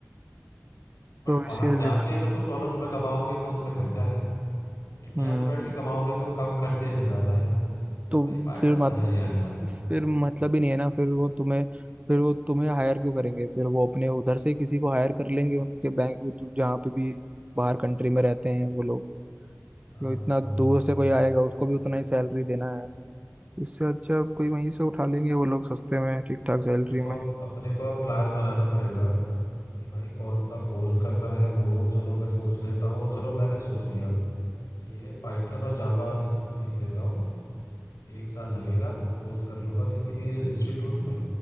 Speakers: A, on the left; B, on the right.
A: बट
B: तो इसीलिए
A: वहां जाके अगर तुम डॉलर्स में कमाओगे तो उसमें खर्चा है इंडिया
B: हम्म
A: में बैठ के कमाओगे तो कम खर्चे में ज्यादा है तो
B: तो
A: भाई फायदा
B: फिर मत
A: तो है यार यहाँ से
B: फिर मतलब ही नहीं है ना फिर वो तुम्हें फिर वो तुम्हें हायर क्यों करेंगे फिर वो अपने उधर से ही किसी को हायर कर लेंगे उनके बैंक जहाँ पे भी बाहर कंट्री में रहते हैं वो लोग
A: हाँ
B: तो इतना
A: हाँ
B: दूर
A: हाँ
B: से कोई आएगा उसको भी उतना ही सैलरी देना है इससे अच्छा कोई वहीं से उठा लेंगे वो लोग सस्ते में ठीक ठाक
A: तो
B: सैलरी
A: अपने को
B: में
A: अपने को अब प्लान बनाना पड़ेगा कि भाई कौन सा कोर्स करना है वो चलो मैं सोच लेता हूँ चलो मैंने सोच लिया ये पाइथन और जावा सीख लेता हूँ एक साल लगेगा कोर्स कर लूंगा किसी भी इंस्टीट्यूट में